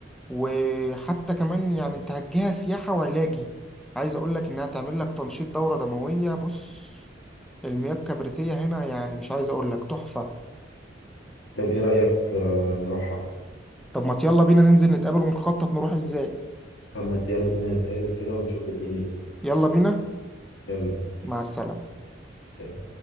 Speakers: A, in the centre; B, on the left.
A: وحتى كمان يعني انت هتجيها سياحة وعلاجي عايز اقول لك انها تعمل لك تنشيط دورة دموية بص المياه الكبريتية هنا يعني مش عايز اقول لك تحفة
B: طب ايه رايك آه، نروحها
A: طب ما يلا بينا ننزل نتقابل ونخطط نروح ازاي
B: طب ما انت يلا بينا نتقابل كده ونشوف الدنيا دي
A: يلا بينا
B: يلا
A: مع
B: بينا
A: السلامة
B: سلام